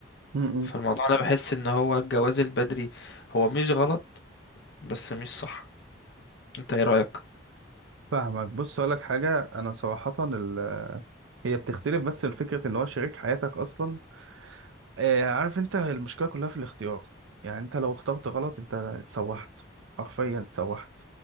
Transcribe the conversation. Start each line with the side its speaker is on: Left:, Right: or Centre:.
Right: م-
Left: فالموضوع
Right: م.
Left: انا بحس ان هو الجواز البدري هو مش غلط بس مش صح انت ايه رايك
Right: فاهمك بص اقول لك حاجه انا صراحه ال... هي بتختلف بس الفكره ان هو شريك حياتك اصلا آه عارف انت هي المشكله كلها في الاختيار يعني انت لو اخترت غلط انت اتسوحت حرفيا اتسوحت